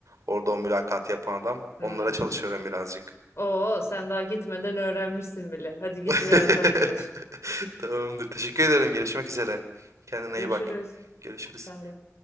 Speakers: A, on the right; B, on the left.
A: Orada o mülakat yapan adam. Onlara
B: Hmm.
A: çalışıyorum birazcık.
B: Oo, sen daha gitmeden öğrenmişsin bile. Hadi git
A: <laughs>
B: biraz daha çalış.
A: Tamamdır. Teşekkür ederim. Görüşmek üzere. Kendine
B: Görüşürüz.
A: iyi bak. Görüşürüz.
B: Sen de.